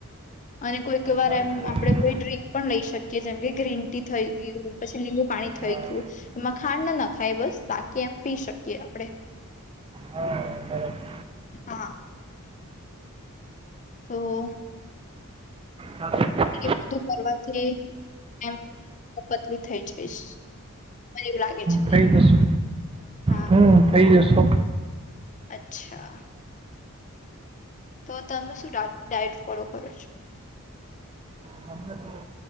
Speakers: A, on the left; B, on the right.
A: અને કોઈક વાર
B: સારું
A: એમ
B: કહેવાય
A: આપણે કોઈ ડ્રિંક પણ લઈ શકીએ જેમ કે ગ્રીન ટી થઈ ગયું પછી લીબુ પાણી થઈ
B: હા
A: ગયું એમાં ખાંડ ના ના ખાય બસ બાકી એમ પી શકીએ આપણેે
B: હા બરાબર
A: હા તો
B: સારું
A: એ બધું કરવાથી એમ પતલી થઈ જઈશ મને એવું લાગે છે
B: થઈ જશે
A: હા
B: હમ થઈ જસ છો.
A: અચ્છા તો તમે શું ડાયટ ફોલો કરો છો.
B: હમણાં તો